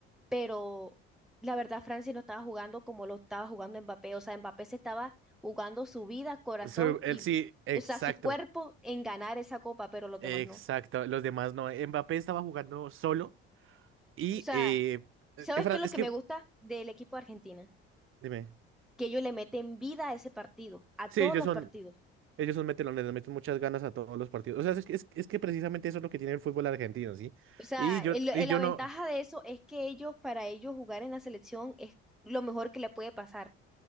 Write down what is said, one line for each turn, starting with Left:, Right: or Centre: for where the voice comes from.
Centre: pero la verdad Francia no estaba jugando como lo estaba jugando Mbappé, o sea, Mbappé se estaba jugando su vida, corazón
Right: So, él
Centre: y,
Right: sí, exacto,
Centre: o sea, su cuerpo en ganar esa copa, pero los
Right: exacto,
Centre: demás no.
Right: los demás no. Mbappé estaba jugando solo y
Centre: O sea,
Right: eh, eh,
Centre: ¿sabes
Right: Fran-
Centre: qué es lo
Right: es
Centre: que
Right: que,
Centre: me gusta del equipo de Argentina?
Right: dime,
Centre: que ellos le meten vida a ese partido, a todos
Right: sí, ellos
Centre: los
Right: son...
Centre: partidos.
Right: Ellos son metelones, le meten muchas ganas a todos los partidos. O sea, es, que- es, es que precisamente eso es lo que tiene el fútbol argentino, ¿sí?
Centre: O sea,
Right: Y yo,
Centre: el- el-
Right: y yo
Centre: la ventaja
Right: no.
Centre: de eso es que ellos, para ellos jugar en la selección es lo mejor que le puede pasar